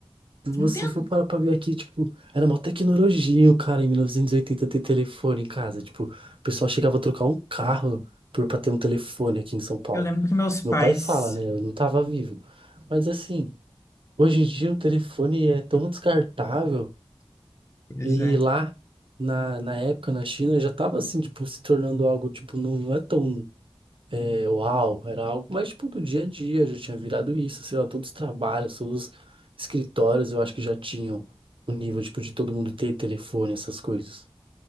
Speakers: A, on the right (about 60°); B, on the left (about 30°).
A: se você
B: não tem.
A: for parar pra ver aqui, tipo, era mó tecnologia, o cara, em 1980 ter telefone em casa. Tipo, o pessoal chegava a trocar um carro por, pra ter um telefone aqui em São Paulo.
B: Eu lembro que meus pais.
A: Meu pai fala, né? Eu não tava vivo. Mas assim, hoje em dia o telefone é tão descartável
B: Pois
A: e
B: é.
A: lá na, na época, na China, já tava assim, tipo, se tornando algo, tipo, não, não é tão. é, uau, era algo mais tipo do dia a dia, já tinha virado isso, sei lá, todos os trabalhos, todos os escritórios, eu acho que já tinham o nível, tipo, de todo mundo ter telefone, essas coisas.